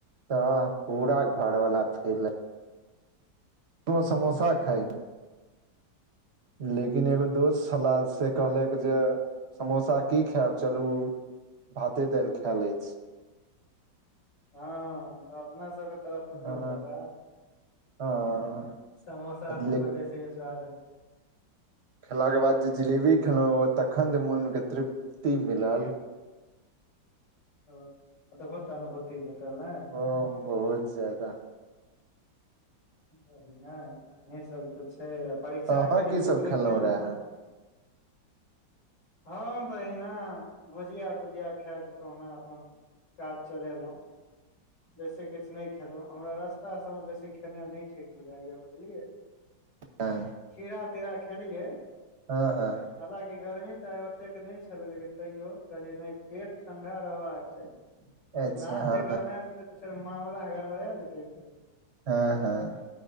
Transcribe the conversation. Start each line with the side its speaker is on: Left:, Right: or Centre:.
Right: तऽ पूरा घर वाला फिल उहो समोसा खाय यऽ लेकिन एगो दोस्त छला से कहलक जे समोसा की खायब चलू भाते दालि खाय लै छी
Left: <inaudible> हँ तऽ अपना सबके तरफ के दोष
Right: हँ
Left: हेता
Right: हँ
Left: समोसा सब
Right: ले
Left: बेसी विश्वास नइ
Right: खेलाके बाद जे जिलेबी खेलहुँ ओ तखन जे मोनके तृप्ति मिलल
Left: ओ अदभूत अनुभुति भेटल नय
Right: ओ बहुत ज्यदा
Left: बढ़िया य अहि सब तऽ छै आ परीक्षा
Right: अहाँ
Left: केहन
Right: की सब
Left: गेल नीक
Right: खेलहुँ
Left: गेल
Right: रहे
Left: कि नहि हँ तहिना भुजिया तुजिया खाए कऽ कहुना अपन काज चलेलहुँ बेसी किछ नहि खेलौ हमरा रास्ता सबमे बेसी खेनाइ नहि ठीक बुझाइ य बुझलियै
Right: हँ
Left: खीरा तीरा खेलियै
Right: हँ हँ
Left: हालकि गर्मी तऽ आइ ओतेक नहि छलै लेकिन तैयो कहलियै नहि पेट ठंडा रहबाक चाही
Right: अच्छा
Left: नाद
Right: हँ
Left: जे गरमैय जेतै तऽ फेर मामला गरबरेय जेतै न
Right: हँ हँ